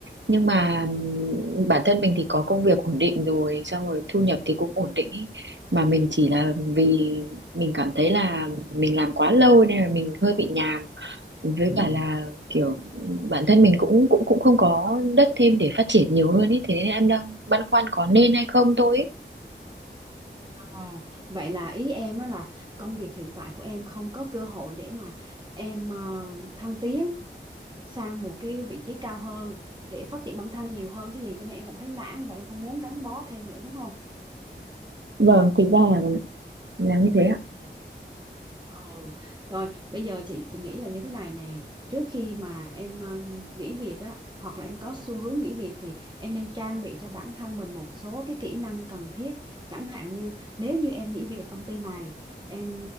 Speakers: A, on the right; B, on the right.
A: Nhưng mà ừm, bản thân mình thì có công việc ổn định rồi, xong rồi thu nhập thì cũng ổn định ý. Mà mình chỉ là vì mình cảm thấy là mình làm quá lâu nên là mình hơi bị nhàm. Với cả là kiểu bản thân mình cũng cũng cũng không có đất thêm để phát triển nhiều hơn ý. Thế nên em đang băn khoăn có nên hay không thôi ý.
B: À, vậy là ý em á là công việc hiện tại của em không có cơ hội để mà em ờ, thăng tiến sang một cái vị trí cao hơn để phát triển bản thân nhiều hơn chứ gì cho nên em cảm thấy nản và em không muốn gắn bó thêm nữa đúng không?
A: Vâng, thực ra là là như thế ạ.
B: Ừ. Rồi bây giờ chị chị nghĩ là như thế này nè trước khi mà em ờ, nghỉ việc á hoặc là em có xu hướng nghỉ việc thì em nên trang bị cho bản thân mình một số cái kỹ năng cần thiết chẳng hạn như nếu như em nghỉ việc công ty này em